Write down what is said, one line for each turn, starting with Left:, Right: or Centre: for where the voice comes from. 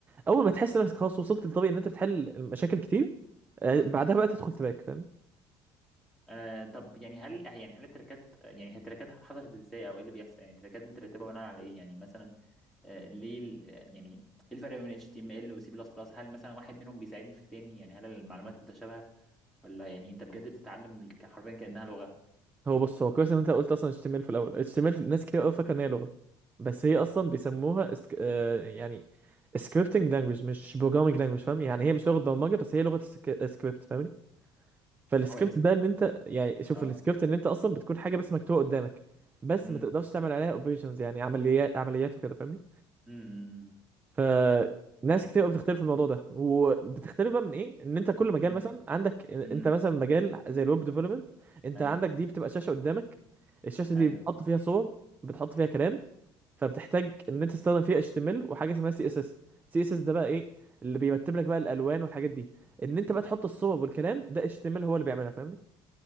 Right: اول ما تحس نفسك خلاص وصلت لطبيعي ان انت بتحل مشاكل كتير آه،
Centre: امم
Right: بعدها بقى تدخل تباك فاهم
Centre: آه طب يعني هل يعني هل التراكات يعني هي التراكات حصلت ازاي او ايه اللي بيحصل يعني التراكات مترتبه بناء على ايه يعني مثلا آه ليه ال- آه، يعني ايه الفرق بين اتش تي ام ال وسي بلس بلس هل مثلا واحد منهم بيساعدني في التاني يعني هل المعلومات متشابهه ولا يعني انت بجد بتتعلم حرفيا كانها لغه
Right: هو بص هو كويس ان انت قلت اصلا HTML في الاول HTML ناس كتير قوي فاكره ان هي لغه بس هي
Centre: امم
Right: اصلا بيسموها اسك... آه، يعني سكريبتنج لانجوج مش بروجرامنج لانجوج فاهم يعني هي مش لغه برمجه بس هي لغه سكريبت فاهم فالسكريبت
Centre: هو ايه السكريبت
Right: ده ان انت يعني شوف
Centre: اه
Right: السكريبت ان انت اصلا بتكون حاجه بس مكتوبه قدامك بس
Centre: امم
Right: ما تقدرش تعمل عليها اوبريشنز يعني عمليات عمليات وكده فاهمني
Centre: امم
Right: فناس كتير قوي بتختلف في الموضوع ده وبتختلف بقى من ايه ان انت كل مجال
Centre: امم
Right: مثلا عندك انت
Centre: امم
Right: مثلا مجال زي الويب ديفلوبمنت انت
Centre: ايوه
Right: عندك
Centre: ايوه
Right: دي بتبقى شاشه قدامك الشاشه
Centre: ايوه
Right: دي بتحط فيها صور بتحط فيها كلام فبتحتاج ان انت تستخدم فيها HTML وحاجه اسمها سي اس اس سي اس اس ده بقى ايه اللي بيرتب لك بقى الالوان والحاجات دي ان انت بقى تحط الصور والكلام ده HTML هو اللي بيعملها فاهمني